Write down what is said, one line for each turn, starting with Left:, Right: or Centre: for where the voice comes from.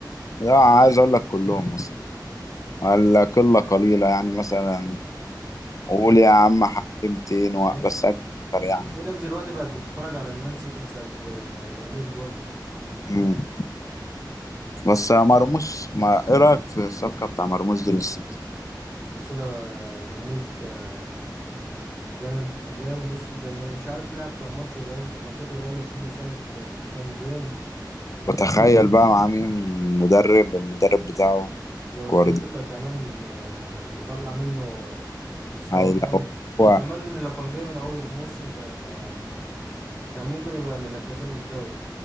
Left: لا عايز اقول لك كلهم اصلا ولا قلة قليلة يعني مثلا قول يا عم حكمتين و...
Centre: بس
Left: بس اكتر يعني
Centre: وفي ناس دلوقتي بقت بتتفرج على المان سيتي بسبب آه، مرموش برضه
Left: امم بس مرموش ما ايه رايك في الصفقه بتاع مرموش دي للسيتي
Centre: لسه ده آه، مرموش آه، جامد جامد بص ده من- مش عارف لعب كام ماتش قليل ماتشاته قليله ويشوف مساهم في ك- في كام جون
Left: بتخيل بقى مع مين مدرب المدرب بتاعه
Centre: جوارديولا
Left: جوارديولا
Centre: كمان آه، هيطلع منه مستوى
Left: يعني
Centre: جامد
Left: لو هو
Centre: وكمان لو كان جاي من اول الموسم كان هيبقى كان ممكن يبقى من هدافين الدوري